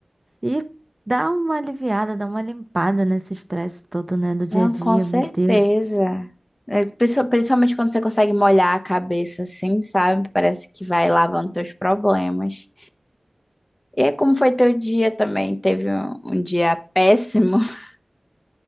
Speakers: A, on the right; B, on the left.
A: E dá uma aliviada, dá uma limpada nesse estresse todo, né, do dia
B: Não,
A: a dia,
B: com certeza.
A: meu Deus.
B: É, princi- Principalmente quando você consegue molhar a cabeça assim, sabe? Parece que vai lavando teus problemas. E é como foi teu dia também? Teve um, um dia péssimo? <laughs>